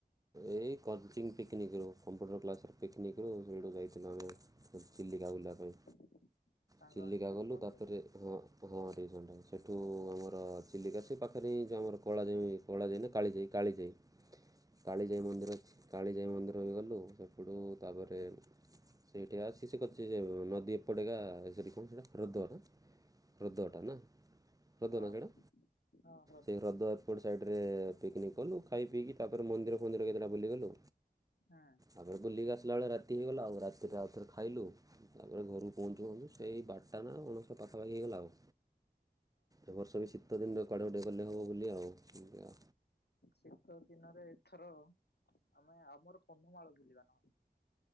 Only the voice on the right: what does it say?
ଏଇ କଚିଂ ପିକନିକରୁ କମ୍ପ୍ୟୁଟର କ୍ଲାସ୍ର ପିକନିକ୍ ରୁ ସେଇଠୁ ଯାଇଥିଲୁ ଆମେ ଚିଲିକା ବୁଲିବାପାଇଁ।
ଚିଲିକା
ଗଲୁ ତାପରେ
ହଁ ହଁ ଟିସନ୍ ଟାଇମ୍ ଅଛି। ସେଠୁ ଆମର ଚିଲିକାଶି ପାଖରେ ହିଁ ଆମର କଳା ଯାଇ କଳା ଯାଇନା କାଳିଜାଇ କାଳିଜାଇ କାଳିଜାଇ ମନ୍ଦିର ଅଛି କାଳିଜାଇ ମନ୍ଦିର ବି ଗଲୁ ସେପଟୁ ତାପରେ ସେଇଠି ଆସି ସେ କଛି ନଦୀ ଏପଟେକା ସେଇଠି କଣ ସେଇଟା ହ୍ରଦବ ନା। ହ୍ରଦଟା ନା ହ୍ରଦ
ନା ସେଇଟା
ସେଇ ହ୍ରଦ ଆ ଗୋଟ ସାଇଟ ପିକ୍ନିକ୍ କଲୁ ଖାଇ ପିଇକି ତାପରେ ମନ୍ଦିର ଫନ୍ଦିର କେତେଟା ବୁଲିଗଲୁ।
ଆପରେ ବୁଲିକି ଆସିଲା ବେଳେ ରାତି ହେଇଗଲା ଆଉ ରାତିରେ ଆଉଥରେ ଖାଇଲୁ। ତାପରେ ଘରକୁ ପହଞ୍ଚୁୁନ୍ତୁ ସେଇ ବାରଟା ନା ମଣଷ ପାଖାପାଖି ହେଇଗଲା ଆଉ। ଏ ବର୍ଷ ବି ଶୀତ ଦିନରେ କୁଆଡେ ଗୁଟେ ଗଲେ ହବ ବୁଲି ଆଉ ଆଉ।